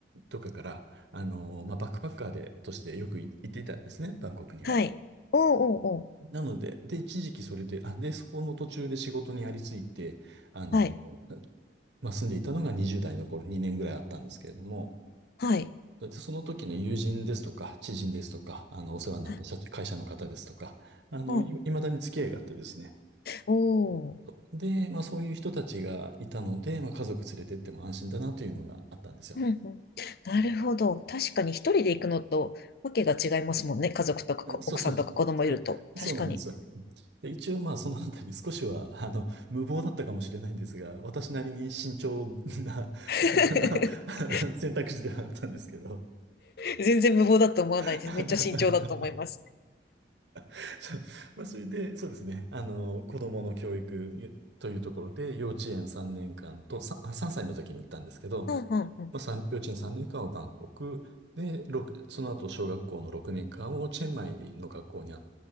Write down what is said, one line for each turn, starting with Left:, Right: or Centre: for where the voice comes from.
Right: とかから、あの、まあ、バックパッカーで、としてよくい行っていたんですね、バンコクには。
Left: はい。おーおーお
Right: なので、で、一時期それで、あ、で、そこの途中で仕事にありついて、あの、
Left: ー。はい。
Right: まあ、住んでいたのが20代の頃2年ぐらいあったんですけれども、
Left: はい。
Right: で、その時の友人ですとか、知人ですとか、あの、お世話になった社会社の方ですとか、
Left: はい。
Right: あの、
Left: うん。
Right: い、未だに付き合いがあってですね。
Left: おー。
Right: そうで、まあそういう人たちがいたので、まあ家族連れてっても安心だなというのがあったんですよ。
Left: うんうんなるほど。確かに一人で行くのとわけが違いますもんね。家族とかこ奥さんとか子供いると。
Right: あそうそうそう。<laughs> そうそうなんですよ。
Left: 確かに。
Right: で、一応まあそのあたり少しは、あの、無謀だったかもしれないんですが、私なりに慎重な
Left: <laughs>
Right: <laughs> 選択肢ではあったんですけど。
Left: 全然無謀だと思わないです。
Right: <laughs>
Left: めっちゃ慎重だと思います。
Right: <laughs> そうまあ、それで、そうですね。あの、子供の教育というところで、幼稚園3年間と、さんあ3、歳の時に行ったんですけど、
Left: うんうんうん。
Right: まあ、さん幼稚園3年間はバンコク、で、ろくその後、小学校の6年間をチェンマイの学校にあ